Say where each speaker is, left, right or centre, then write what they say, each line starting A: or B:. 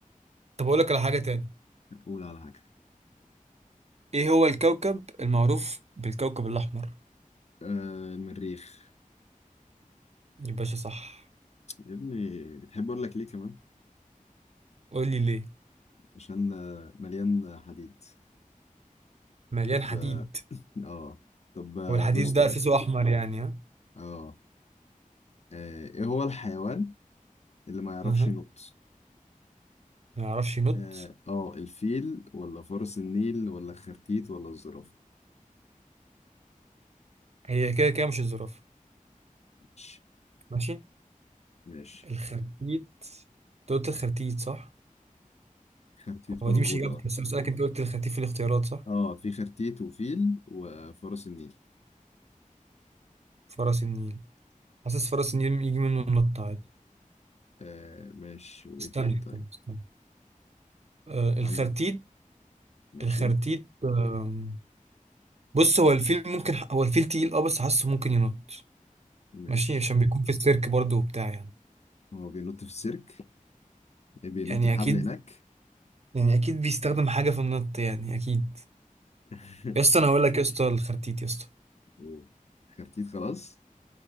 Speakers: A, on the right; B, on the left.
A: طب اقول لك على حاجة تاني
B: قول على حاجة
A: ايه هو الكوكب المعروف بالكوكب الاحمر؟
B: آه المريخ
A: يا باشا صح
B: يا ابني تحب اقول لك ليه كمان
A: قول لي ليه؟
B: عشان آه، مليان حديد
A: مليان
B: طب
A: حديد
B: اه آه. طب آه،
A: والحديد
B: بص طيب
A: ده اساسه احمر يعني ها
B: اه آه، ايه هو الحيوان اللي ما يعرفش
A: أها.
B: ينط
A: ما يعرفش ينط
B: اه آه، الفيل ولا فرس النيل ولا خرتيت ولا الزرافة
A: هي كده كده مش الزرافه
B: ماشي
A: ماشي
B: ماشي
A: الخرتيت انت قلت الخرتيت صح
B: خرتيت
A: هو
B: موجود
A: دي مش اجابتي
B: اه
A: بس أنا بسالك انت قلت الخرتيت في الاختيارات صح
B: اه في خرتيت وفيل وفرس النيل
A: فرس النيل حاسس فرس النيل يجي منه النط عادي
B: آه ماشي وايه
A: استنى
B: تاني طيب
A: استنى, استنى. آه الخرتيت
B: عندك ماشي
A: الخرتيت آم، بص هو الفيل ممكن هو الفيل تقيل اه بس حاسه ممكن ينط
B: ماشي
A: ماشي عشان بيكون في السيرك برضه وبتاع يعني
B: هو بينط في السيرك إيه، بينط
A: يعني
B: الحبل
A: اكيد
B: هناك
A: يعني اكيد بيستخدم حاجه في النط يعني اكيد
B: <laughs>
A: يا اسطى انا هقول لك يا اسطى الخرتيت يا اسطى
B: قول. خرتيت خلاص